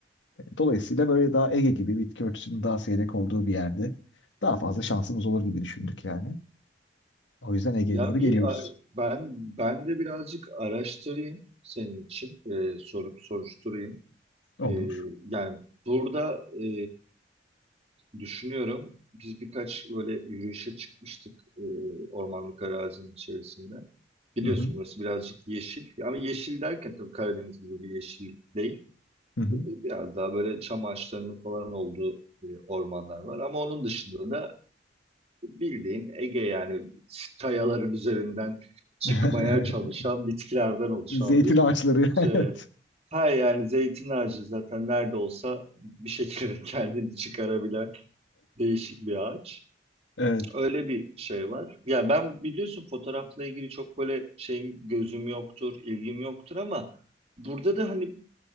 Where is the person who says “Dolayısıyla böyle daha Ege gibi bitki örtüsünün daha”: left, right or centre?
Left